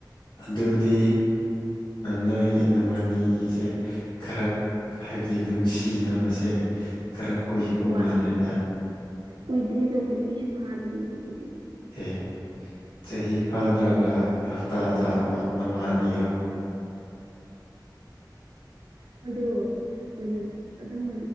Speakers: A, on the left; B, on the right.
A: ꯑꯗꯨꯗꯤ ꯅꯣꯏ ꯅꯕꯥꯟ ꯅꯤꯒꯤꯁꯦ ꯈꯔ ꯍꯥꯏꯕꯗꯤ ꯅꯨꯡꯁꯤꯅꯕꯁꯦ ꯈꯔ ꯀꯨꯏꯕ
B: ꯋꯥ
A: ꯃꯥꯜꯂꯦꯗ
B: ꯀꯨꯏꯗ꯭ꯔꯤꯗ ꯆꯍꯤꯁꯨ ꯐꯥꯗꯔꯤ ꯑꯗꯨꯒꯤꯗꯤ
A: ꯑꯦ ꯆꯍꯤ ꯐꯥꯗ꯭ꯔꯒ ꯍꯞꯇꯥꯗ ꯑꯃ ꯑꯃ ꯑꯅꯤ
B: ꯈꯣꯢꯗꯨ ꯀꯨꯏꯅ ꯑꯗꯨꯝ